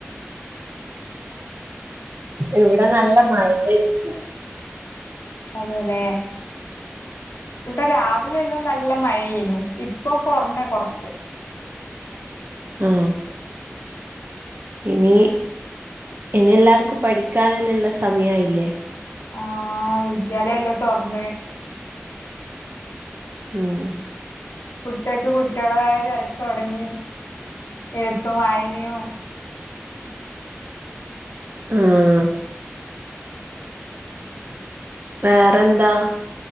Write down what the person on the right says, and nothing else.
ഇവിടെ നല്ല മഴയായിരുന്നുന്ന്
ആ ഇനി ഇനി എല്ലാർക്കും പഠിക്കാനല്ലള്ള സമയായില്ലേ
ഉം
ഉം വേറെന്താ